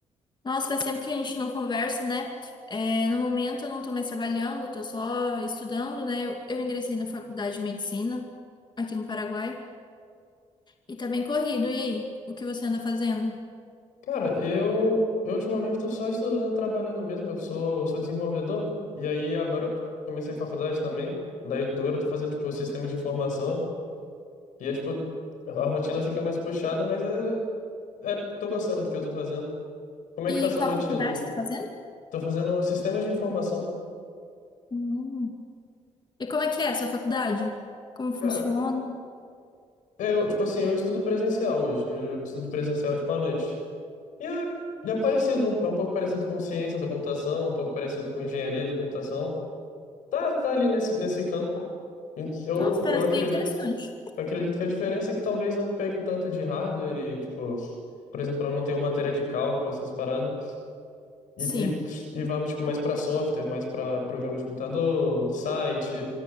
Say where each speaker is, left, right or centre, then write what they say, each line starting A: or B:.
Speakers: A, on the left; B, on the left.
A: Nossa, faz tempo que a gente não conversa, né? É, no momento eu não tô mais trabalhando, eu tô só estudando, né? Eu, eu ingressei na faculdade de medicina aqui no Paraguai e tá bem corrido. E aí, o que você anda fazendo?
B: Cara, eu, eu ultimamente tô só estudando, e trabalhando mesmo, eu sou, sou desenvolvedor, e aí agora eu comecei faculdade também, daí eu- agora eu tô fazendo, tipo, sistemas de informação, e é tipo, a rotina fica mais puxada, mas é, é, tô gostando do que eu tô fazendo. Como é
A: E
B: que tá a sua
A: qual
B: rotina?
A: faculdade você tá fazendo?
B: Tô fazendo sistemas de informação.
A: Hum. E como é que é a sua faculdade? Como
B: Cara,
A: funciona?
B: Eu, tipo assim, eu estudo presencial hoje. Eu ju- estudo presencial, tipo, à noite. E é, e é parecido, um- é um pouco parecido com ciência da computação, um pouco parecido com engenharia da computação. Tá, tá ali nesse, nesse campo. E Eu,
A: Nossa, parece
B: eu acredito.
A: bem interessante.
B: Eu acredito que a diferença é que talvez não pegue tanto de hardware e, tipo, por exemplo, eu não tenho matéria de cálculo, essas paradas. E,
A: Sim.
B: e, e vamos, tipo, mais para software, mais para programa de computador, site,